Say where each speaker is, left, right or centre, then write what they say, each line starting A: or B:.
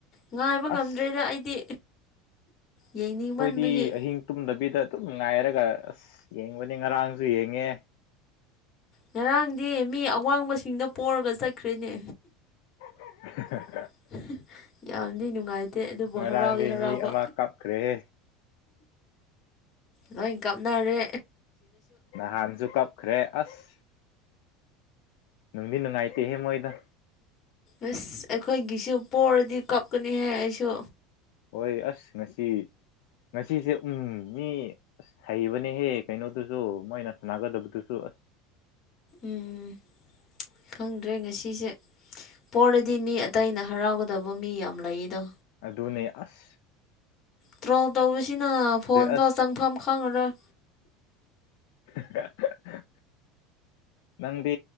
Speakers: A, on the left (about 40°); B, on the left (about 70°).
A: ꯉꯥꯏꯕ ꯉꯝꯗ꯭ꯔꯦꯗ
B: ꯑꯁ
A: ꯑꯩꯗꯤ ꯌꯦꯡꯅꯤꯡꯃꯟꯕꯒꯤ
B: ꯑꯩꯈꯣꯏꯗꯤ ꯑꯍꯤꯡ ꯇꯨꯝꯗꯕꯤꯗ ꯁꯤꯗ ꯑꯗꯨꯝ ꯉꯥꯏꯔꯒ ꯑꯁ ꯌꯦꯡꯕꯅꯦ ꯉꯔꯥꯡꯁꯨ ꯌꯦꯡꯉꯦ
A: ꯉꯔꯥꯡꯗꯤ ꯃꯤ ꯑꯋꯥꯡꯕꯁꯤꯡꯗꯣ ꯄꯣꯔꯒ ꯆꯠꯈ꯭ꯔꯦꯅꯦ
B: <unintelligible>
A: <unintelligible> ꯌꯥꯝꯗꯤ ꯅꯨꯡꯉꯥꯏꯇꯦ ꯑꯗꯨꯕꯨ
B: ꯉꯔꯥꯡꯗꯤ
A: ꯍꯔꯥꯎꯗꯤ ꯍꯔꯥꯎꯕ
B: ꯃꯤ ꯑꯃ ꯀꯞꯈ꯭ꯔꯦꯍꯦ
A: ꯂꯣꯏ ꯀꯞꯅꯔꯦ
B: ꯅꯍꯥꯟꯖꯨ ꯀꯞꯈ꯭ꯔꯦ ꯑꯁ ꯅꯨꯡꯗꯤ ꯅꯨꯡꯉꯥꯏꯇꯦꯍꯦ ꯃꯣꯏꯗꯣ
A: ꯑꯥꯁ ꯑꯩꯈꯣꯏꯒꯤꯁꯨ ꯄꯣꯔꯗꯤ ꯀꯞꯀꯅꯤꯍꯦ ꯑꯩꯁꯨ
B: ꯍꯣꯏ ꯑꯥꯁ ꯉꯁꯤ ꯉꯁꯤꯁꯦ ꯎꯪꯎꯪ ꯃꯤ ꯑꯥꯁ ꯍꯩꯕꯅꯦꯍꯦ ꯀꯩꯅꯣꯗꯨꯖꯨ ꯃꯣꯏꯅ ꯁꯥꯟꯅꯒꯗꯕꯗꯨꯁꯨ ꯑꯥꯁ
A: ꯎꯪꯎꯪ ꯈꯪꯗ꯭ꯔꯦ ꯉꯁꯤꯖꯦ ꯄꯣꯔꯗꯤ ꯃꯤ ꯑꯇꯩꯅ ꯍꯔꯥꯎꯒꯗꯕ ꯃꯤ ꯌꯥꯝ ꯂꯩꯗꯣ
B: ꯑꯗꯨꯅꯦ ꯑꯥꯁ
A: ꯇ꯭ꯔꯣꯜ ꯇꯧꯕꯁꯤꯅꯥ ꯐꯣꯟ
B: ꯑꯁ
A: ꯐꯥꯎ ꯆꯪꯐꯝ ꯈꯪꯉꯔꯣꯏ
B: UNINTELLIGIBLE ꯅꯪꯗꯤ